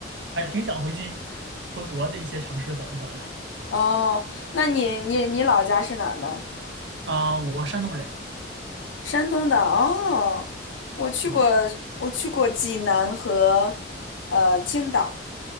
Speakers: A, on the right (about 65°); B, on the left (about 80°).
A: 还挺想回去回国的一些城市走一走的。
B: 哦，那你你你老家是哪儿的？
A: 啊、我山东人
B: 山东的。哦，我去过，
A: 啊
B: 我去过济南和呃青岛。